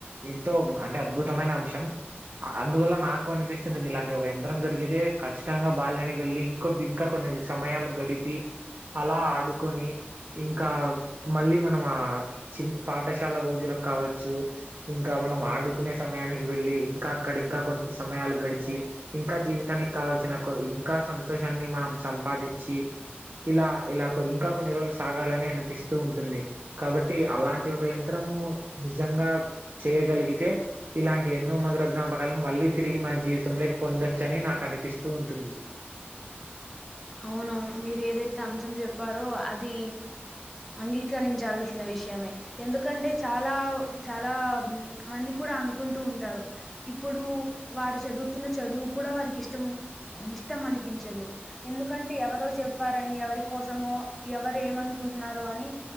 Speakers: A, on the right; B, in the centre.
A: ఎంతో అంటే అద్భుతమైన అంశం. అందువల్ల నాకు అనిపిస్ స్తది, ఇలాంటి ఒక యంత్రం దొరికితే ఖచ్చితంగా బాల్యానికి వెళ్ళి, ఇంకొద్ది ఇంకా కొన్ని సమయాలు గడిపి అలా ఆడుకొని ఇంకా మళ్ళీ మనం ఆ చి పాఠశాల రోజులకు కావచ్చు, ఇంకా మనం ఆడుకునే సమయానికి వెళ్ళి, ఇంకా అక్కడ ఇంకా కొంత సమయాలు గడి చి ఇంకా జీవితానికి కావాల్సిన కొ ఇంకా సంతోషాన్ని మనం సంపాదిచ్చి, ఇలా ఇలా కొన్ని ఇంకా కొన్ని రోజులు సాగాలని అనిపిస్తూ ఉంటుంది. కాబట్టి అలాంటి ఒక యంత్రము నిజంగా చేయగలిగితే ఇలాంటి ఎన్నో మధుర జ్ఞాపకాలను మళ్ళీ తిరిగి మన జీవి తం లొకి పొందొచ్చు అని నాకు అనిపిస్తూ ఉంటుంది.
B: అవునవును మీరు ఏదైతే అంశం చెప్పారో అది అంగీ కరించాల్సిన విషయమే. ఎందుకంటే చాలా చాలా మంది కూడా అనుకుంటూ ఉంటారు. ఇప్పుడు వారు చదువుతున్న చదువు కూడా వారికి ఇష్టం ఇష్టం అనిపించదు. ఎందుకంటే ఎవరో చెప్పారని, ఎవరి కోసమో ఎవరు ఏమనుకుంటున్నారో అని